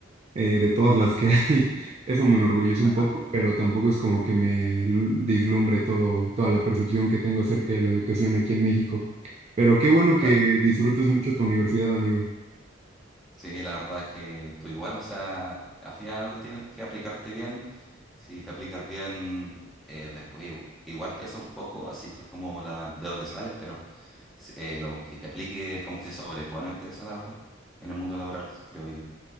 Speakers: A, on the right; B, in the centre.
A: eh, de todas las que hay. <laughs> Eso me enorgullece
B: Ajá.
A: un poco, pero tampoco es como que me lu- dislumbre todo, toda la percepción que tengo acerca de la educación aquí en México. Pero qué bueno que
B: La-
A: disfrutes mucho tu universidad, amigo.
B: sí, la verdad que tú igual, o sea, al final tienes que aplicarte bien. Si te aplicas bien, eh, después igu- igual pesa un poco, así como la de donde sales, pero s- eh, lo que te aplique es como que se sobrepone ante eso, la verdad, en el mundo laboral, creo yo.